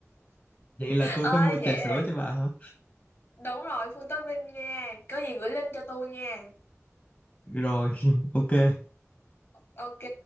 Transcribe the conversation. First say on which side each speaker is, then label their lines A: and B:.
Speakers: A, on the left; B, on the left.
A: vậy là tôi
B: ơi
A: phải mua
B: vậy
A: trà sữa
B: là
A: cho bà hả
B: Đúng rồi, Full topping nha. Có gì gửi link cho tôi nha.
A: rồi <laughs> ok
B: Ok.